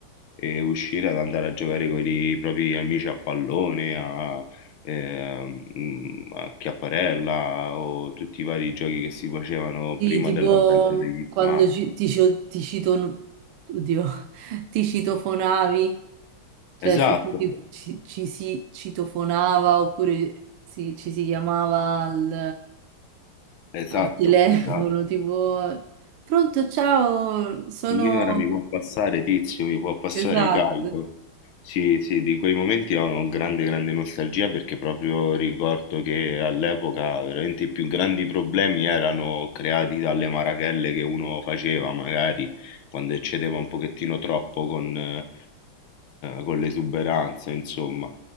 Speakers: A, on the left (about 70°); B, on the right (about 80°).
A: e uscire ad andare a giocare con i propri amici a pallone, a, ehm, mm, a chiapparella o tutti i vari giochi che si facevano
B: Sì,
A: prima
B: tipo
A: dell'avvento degli
B: quando
A: smartphone.
B: ci- ti, ci- ti cito... Oddio, <laughs> ti citofonavi, cioè
A: Esatto,
B: se tu ti- ci, ci si citofonava oppure si- ci si chiamava al
A: esatto,
B: al telefono,
A: esatto.
B: tipo... Pronto, ciao, sono...
A: Signora, mi può passare Tizio, mi può passare
B: Esatto.
A: Caio. Sì, sì, di quei momenti ho grande, grande nostalgia perché proprio ricordo che all'epoca veramente i più grandi problemi erano creati dalle marachelle che uno faceva, magari quando eccedeva un pochettino troppo con, eh, con l'esuberanza, insomma.